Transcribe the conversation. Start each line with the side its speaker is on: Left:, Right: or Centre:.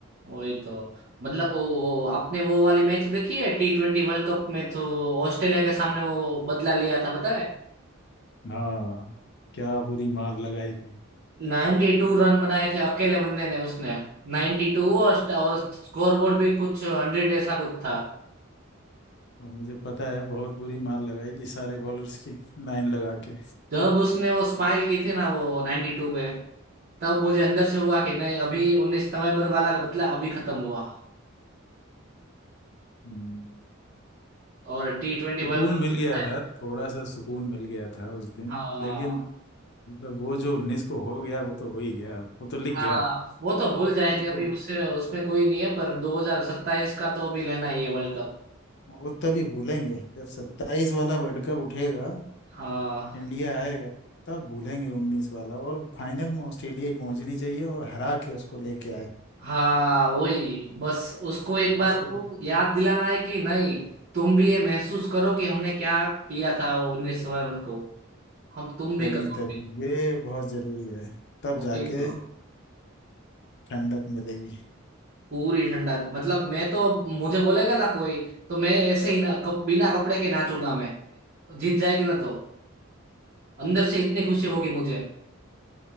Right: वही तो मतलब वो वो आपने वो वाली मैच देखी है टी ट्वेंटी वर्ल्ड कप में तो ऑस्ट्रेलिया के सामने वो बदला लिया था पता है
Left: हाँ क्या बुरी मार लगाई थी
Right: नाइन्टी टू रन बनाए थे अकेले बंदे ने उसने नाइन्टी टू और, और स्कोर बोर्ड भी कुछ हंड्रेड ऐसा कुछ था
Left: तो मुझे पता है बहुत बुरी मार लगाई थी सारे बॉलर्स की लाइन लगा के
Right: जब उसने वो स्माइल की थी ना वो नाइन्टी टू पे तब मुझे अंदर से हुआ कि नहीं अभी उन्नीस नवंबर वाला का बदला अभी खत्म हुआ
Left: हम्म,
Right: और टी ट्वेंटी
Left: सुकून
Right: वर्ल्ड कप
Left: मिल गया
Right: आया।
Left: था थोड़ा सा सुकून मिल गया था उस दिन
Right: हाँ
Left: लेकिन मतलब वो जो उन्नीस को हो गया वो तो हो ही गया वो तो लिख
Right: हाँ
Left: गया
Right: वो तो भूल जाएंगे
Left: उसको
Right: अभी उससे उसमें कोई नहीं है पर 2027 का तो अभी लेना ही है वर्ल्ड कप
Left: वो तभी भूलेंगे जब सत्ताईस वाला वर्ल्ड कप उठेगा
Right: हाँ
Left: इंडिया आएगा तब भूलेंगे उन्नीस वाला और फाइनल में ऑस्ट्रेलिया ही पहुंचनी चाहिए और हरा के उसको लेके आए
Right: हाँ वही बस उसको एक बार
Left: ऐसे
Right: वो याद दिलाना है कि नहीं तुम भी ये महसूस करो कि हमने क्या किया था वो उन्नीस नवंबर को हम तुम भी
Left: तभी
Right: करोगे
Left: तभी ये बहुत जरूरी है तब
Right: वही
Left: जाके
Right: तो
Left: ठंडक मिलेगी
Right: पूरी ठंडक मतलब मैं तो मुझे बोलेगा ना कोई तो मैं ऐसे ही ना कप, बिना कपड़े के नाचूंगा मैं जीत जाएगी ना तो अंदर से इतनी खुशी होगी मुझे